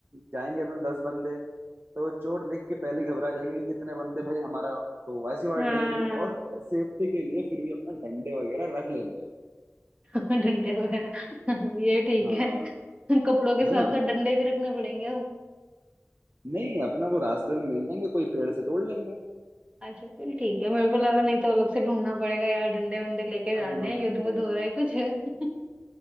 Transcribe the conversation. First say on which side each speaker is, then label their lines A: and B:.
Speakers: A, on the right; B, on the right.
A: जाएंगे अपना दस बंदे तो चोट देख के पहले ही घबरा जाएंगे कि इतने बंदे भाई हमारा तो वैसी वार्ड
B: हाँ
A: लग जाएगी और सेफ्टी के लिए फिर भी अपना डंडे वगैरह रख लेंगे
B: <laughs> डंडे वगैरह ये ठीक
A: हाँ
B: है <laughs> कपड़ों के साथ
A: है ना
B: साथ डंडे भी रखने पड़ेंगे अब
A: नहीं अपना को रास्ते में मिल जाएंगे कोई पेड़ से तोड़ लेंगे
B: अच्छा फिर ठीक है मेरे को लगा नहीं तो अलग से ढूंढना पड़ेगा यार डंडे वंडे लेके
A: नहीं
B: जाने
A: नहीं
B: हैं युद्ध
A: नहीं
B: वुद्ध
A: नहीं
B: हो रहा है कुछ <laughs>